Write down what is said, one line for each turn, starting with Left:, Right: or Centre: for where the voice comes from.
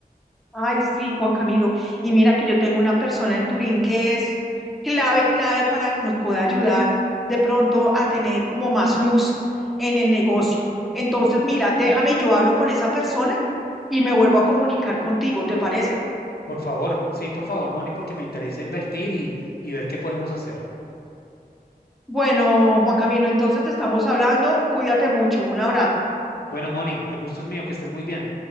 Centre: Ay, sí, Juan Camilo. Y mira que yo tengo una persona en Turín que es clave, clave para que nos pueda ayudar de pronto a tener como más luz en el negocio. Entonces, mira, déjame, yo hablo con esa persona y me vuelvo a comunicar contigo, ¿te parece?
Left: Por favor, sí, por favor, Moni, porque me interesa invertir y, y ver qué podemos hacer.
Centre: Bueno, Juan Camilo, entonces te estamos hablando. Cuídate mucho. Un abrazo.
Left: Bueno, Moni, el gusto es mío, que estés muy bien.